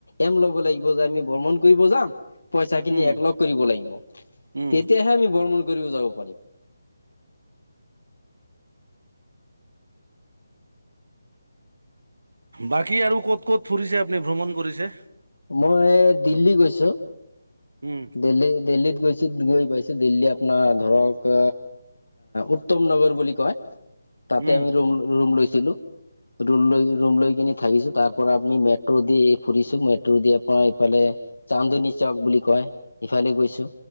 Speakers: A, on the left (about 85°); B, on the right (about 80°).
A: এম ল'ব লাগিব, যে আমি ব্ৰমন কৰিব যাম। পইচা খিনি
B: উম
A: এককলগ কৰিব লাগিব। তেতিয়াহে
B: উম
A: আমি ব্ৰৰ্মন কৰিব যাব পাৰিম।
B: বাকী আৰু ক'ত, ক'ত ফুৰিছে আপুনি ভ্ৰমণ কৰিছে।
A: মই দিল্লী গৈছো।
B: উম
A: দিল্লী, দিল্লীত গৈছো গৈ পাইছো, দিল্লী আপোনাৰ ধৰক উত্তম নগৰ বুলি কয়। তাতে
B: উম
A: আমি ৰুম, ৰুম লৈছিলো। ৰুম লৈ, ৰুম লৈ কিনি থাকিছো, তাৰ পৰা আপুনি মেট্ৰ' দি ফুৰিছো, মেট্ৰ দি আপোনাৰ এইফালে চান্দনী চক বুলি কয়। ইফালে গৈছো,